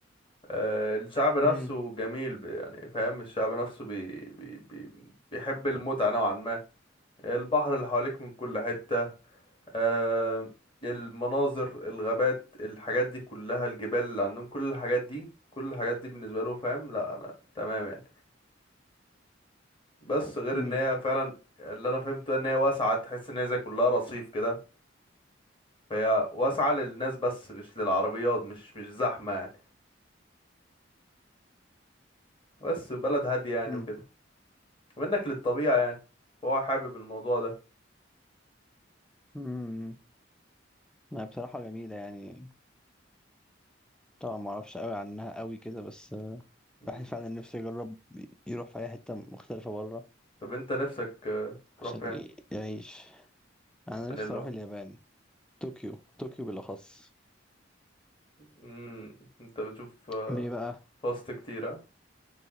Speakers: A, on the left; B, in the centre.
A: آه الشعب نفسه
B: امم
A: جميل ب... يعني فاهم الشعب نفسه بي... بي... بي... بيحب المتعة نوعا ما البحر اللي حواليك من كل حتة آه المناظر الغابات الحاجات دي كلها الجبال اللي عندهم كل الحاجات دي كل الحاجات دي بالنسبة له فاهم لا انا تمام يعني بس غير
B: امم
A: ان هي فعلا اللي انا فهمته ان هي واسعة تحس ان هي زي كلها رصيف كده فهي واسعة للناس بس مش للعربيات مش مش زحمة يعني بس بلد هادية يعني
B: امم
A: وكده وانك للطبيعة يعني فهو حابب الموضوع ده
B: امم ما بصراحة جميلة يعني طبعا ما اعرفش قوي عنها قوي كده بس آه،
A: مم.
B: الواحد فعلا نفسه يجرب يروح في اي حتة مختلفة بره
A: طب انت نفسك آه،
B: عشان
A: تروح فين
B: ي- يعيش انا نفسي
A: يعني لو
B: اروح اليابان طوكيو طوكيو بالاخص
A: مم، انت بتشوف آه،
B: ليه بقى
A: فاست كتير